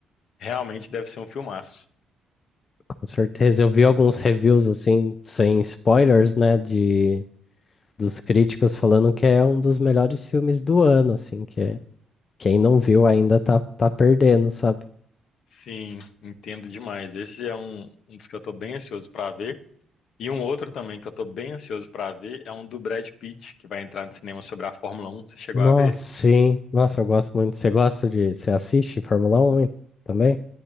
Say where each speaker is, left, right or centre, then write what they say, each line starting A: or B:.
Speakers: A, on the left; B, on the left.
A: realmente deve ser um filmaço.
B: com certeza. Eu vi alguns reviews assim, sem spoilers, né, de dos críticos falando que é um dos melhores filmes do ano, assim, que é- quem não viu ainda tá, tá perdendo, sabe?
A: Sim, entendo demais. Esse é um, um dos que eu tô bem ansioso para ver. E um outro também que eu tô bem ansioso para ver é um do Brad Pitt, que vai entrar no cinema sobre a Fórmula Um. Você chegou
B: Nossa,
A: a ver?
B: sim. Nossa, eu gosto muito. Você gosta de. Você assiste Fórmula Um hein? também?